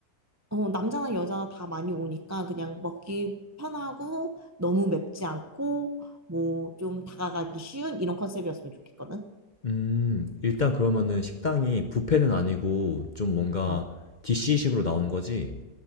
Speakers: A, on the right; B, on the left.
A: 어, 남자나 여자나 다 많이 오니까 그냥 먹기 편하고 너무 맵지 않고 뭐 좀 다가가기 쉬운 이런 컨셉이었으면 좋겠거든.
B: 음. 일단 그러면은 식당이 뷔페는 아니고 좀 뭔가
A: 어,
B: DC식으로 나오는 거지?